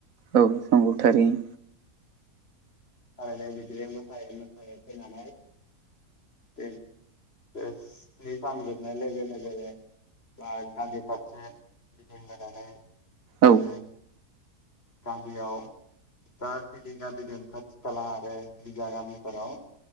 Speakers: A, on the right; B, on the left.
A: औ नंगौ थारैनो
B: थारायनाय बिदिनो मोसायै मोसायै फैनानै दे ओ स्नि सान जोबनाय लोगो लोगोनो बा गामि फारसे गिदिं बोनानै
A: औ
B: आरो गामियाव जााखिनि गामि दं साल आरो बि जाय गामिफोराव